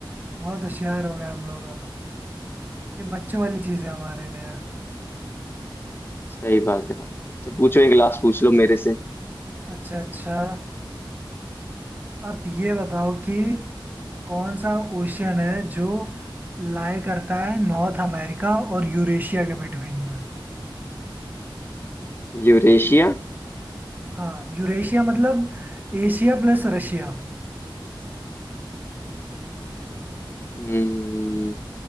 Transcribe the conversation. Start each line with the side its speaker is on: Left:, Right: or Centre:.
Right: बहुत होशियार हो गए हम लोग अब ये बच्चों वाली चीज है हमारे लिए
Left: सही बात है भाई अच्छा पूछो एक लास्ट पूछ लो मेरे से
Right: अच्छा अच्छा आप ये बताओ कि कौन सा ओशियन है जो लाई करता है नॉर्थ अमेरिका और यूरेशिया के बिटवीन में
Left: यूरेशिया
Right: हाँ यूरेशिया मतलब एशिया प्लस रशिया
Left: हम्म